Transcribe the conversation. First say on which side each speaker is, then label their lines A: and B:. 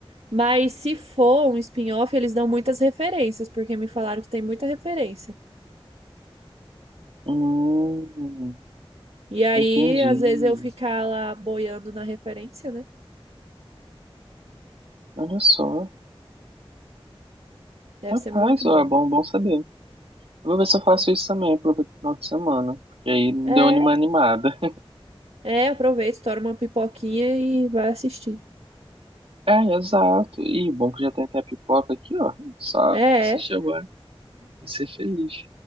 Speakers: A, on the right; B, on the right.
A: Mas se for um spin-off, eles dão muitas referências, porque me falaram que tem muita referência.
B: Hum,
A: E aí,
B: entendi.
A: às vezes, eu ficar lá boiando na referência, né?
B: Olha só.
A: Deve
B: Rapaz,
A: ser muito bom.
B: ó, é bom, bom saber. Eu vou ver se eu faço
A: Deve-
B: isso também, aproveito o final de semana. Porque aí
A: É,
B: deu uma animada.
A: é, aproveita, estoura uma pipoquinha e vai assistir.
B: É, exato. E bom que já tem até a pipoca aqui, ó. Só
A: É,
B: assistir
A: é.
B: agora e ser feliz.